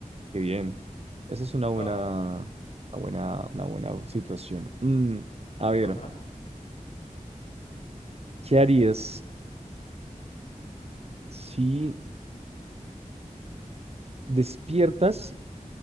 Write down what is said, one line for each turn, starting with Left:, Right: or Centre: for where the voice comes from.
Right: Qué bien. Esa es una buena,
Left: Va,
Right: una buena, una buena situación. Mm, a
Left: ¿te
Right: ver,
Left: toca?
Right: ¿qué harías si despiertas